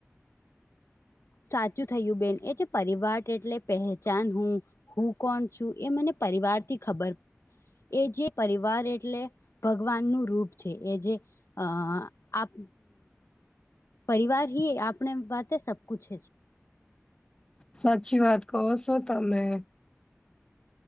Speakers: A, on the left; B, on the left.
A: સાચું થયું બેન એ જે પરિવાર એટલે પહેચાન હું હું કોણ છું એ મને પરિવાર થી ખબર એ જે પરિવાર એટલે ભગવાન નું રૂપ છે એ જે અ આપ પરિવાર હી આપણે બાતે સબકુછ હે
B: સાચી વાત કહો શો તમેં